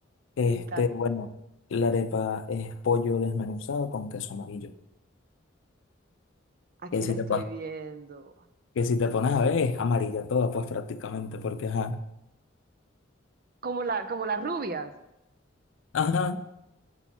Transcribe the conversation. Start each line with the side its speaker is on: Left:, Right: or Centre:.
Left: Este,
Right: Sí, Katy.
Left: bueno, la arepa es pollo desmenuzado con queso amarillo.
Right: Aquí
Left: Que
Right: la
Left: si
Right: estoy
Left: te pones,
Right: viendo.
Left: que si te pones a ver, es amarilla toda, pues prácticamente, porque ajá,
Right: Como la, como las rubias.
Left: ajá,